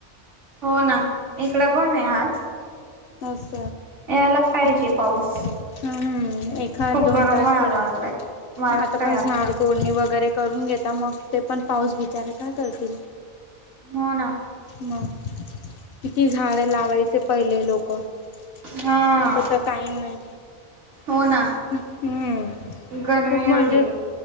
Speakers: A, on the right; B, on the left.
A: हो ना इकड पण आहे आज
B: तस
A: यायला पाहिजे
B: <inaudible>
A: पाऊस
B: हम्म एखा
A: खूप
B: दोन
A: गरम
B: तास
A: व्हायला
B: पडल,
A: लागलाय वाटतय
B: आता पण झाड तोडणी वगैरे करून घेता मग ते पण पाऊस बिचारे काय करतील?
A: हो ना
B: म किती झाडें लावायचे पहिले लोक आता
A: हा
B: तर काही नाही
A: हो ना
B: हम्म
A: गरमी
B: खूप म्हणजे
A: एवढी आहे